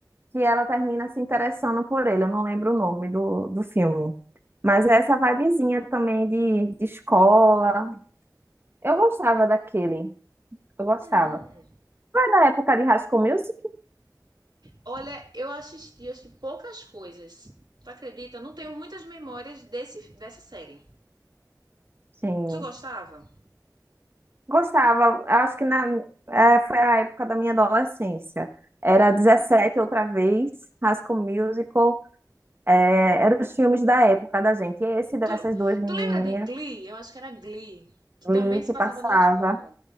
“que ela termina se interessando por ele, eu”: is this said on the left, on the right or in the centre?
Right